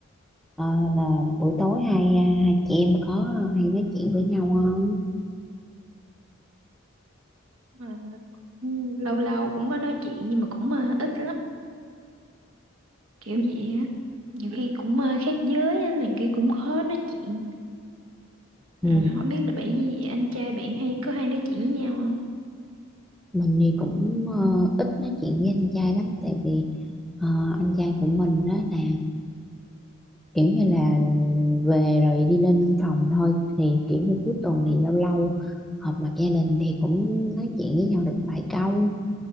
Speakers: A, in the centre; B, on the right (about 85°).
A: ờ, là buổi tối hai hai chị em có hay nói chuyện với nhau không?
B: Ờ, Lâu lâu cũng có nói chuyện nhưng mà cũng ờ, ít lắm kiểu vậy á nhiều khi cũng ờ, khác giới á này kia cũng khó nói chuyện ừ,
A: Ừ.
B: không biết là bạn với anh trai bạn hay có hay nói chuyện với nhau không
A: Mình thì cũng ờ, ít nói chuyện với anh trai lắm tại vì ờ, anh trai của mình đó là kiểu như là về rồi đi lên phòng thôi thì kiểu như cuối tuần thì lâu lâu họp mặt gia đình thì cũng nói chuyện với nhau được vài câu